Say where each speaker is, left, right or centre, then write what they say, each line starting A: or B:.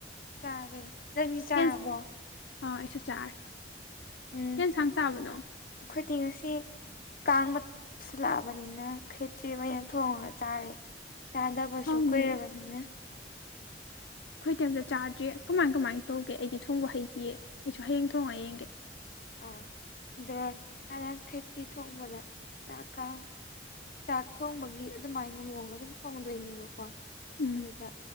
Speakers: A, on the left; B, on the left.
A: ꯆꯥꯔꯦ ꯅꯪꯅꯤ ꯆꯥꯔꯕꯣ
B: ꯀꯦꯟꯁꯥꯡ ꯑꯥ ꯑꯩꯁꯨ ꯆꯥꯔꯦ
A: ꯎꯝ
B: ꯀꯩ ꯌꯦꯟꯁꯥꯡ ꯆꯥꯕꯅꯣ
A: ꯑꯩꯈꯣꯏꯗꯤ ꯉꯁꯤ ꯀꯥꯡ ꯃꯨꯁꯤꯜꯂꯛꯑꯕꯅꯤꯅ ꯈꯦꯇ꯭ꯔꯤ ꯑꯣꯏꯅ ꯊꯣꯡꯉꯒ ꯆꯥꯔꯦ ꯆꯥꯗꯥꯕꯁꯨ
B: ꯍꯥꯎꯅꯤ
A: ꯀꯣꯏꯔꯕꯅꯤꯅ
B: ꯑꯩꯈꯣꯏ ꯇꯦꯝꯇ ꯆꯥꯗ꯭ꯔꯤ ꯀꯃꯥꯏ ꯀꯃꯥꯏꯅ ꯇꯧꯒꯦ ꯑꯩꯗꯤ ꯊꯣꯡꯕ ꯍꯩꯇꯌꯦ ꯑꯩꯁꯨ ꯍꯌꯦꯡ ꯊꯣꯡꯉ ꯌꯦꯡꯒꯦ
A: ꯑ ꯑꯗꯨꯒ ꯍꯥꯟꯅ ꯈꯦꯇꯤ ꯊꯣꯡꯕꯗ ꯆꯥꯛ ꯀꯥꯡ ꯆꯥꯛ ꯊꯣꯡꯕꯒꯤ ꯑꯗꯨꯃꯥꯏꯅ ꯃꯑꯣꯡꯗ ꯑꯗꯨꯝ ꯊꯣꯡꯗꯣꯏꯅꯦꯕꯀꯣ
B: ꯎꯝ
A: ꯑꯗꯨꯗ